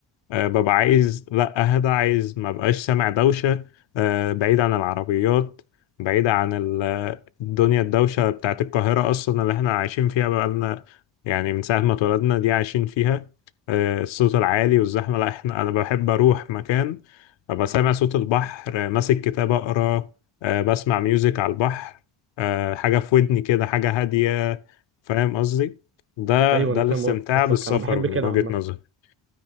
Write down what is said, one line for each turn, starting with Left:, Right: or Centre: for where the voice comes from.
Left: آه، ببقى عايز لا اهدى عايز ما بقاش سامع دوشة آه، بعيد عن العربيات بعيد عن ال- الدنيا الدوشة بتاعت القاهرة أصلا اللي احنا عايشين فيها بقالنا يعني من ساعة ما اتولدنا دي عايشين فيها آه، الصوت العالي والزحمة لا احنا أنا بحب أروح مكان أبقى سامع صوت البحر آه، ماسك كتاب أقرأ آه، بسمع ميوزك على البحر آه، حاجة في ودني كده حاجة هادية فاهم قصدي ده
Right: ايوه
Left: ده
Right: انا
Left: الاستمتاع
Right: فاهم قصدك
Left: بالسفر
Right: انا بحب
Left: من
Right: كده
Left: وجهة
Right: عامه
Left: نظري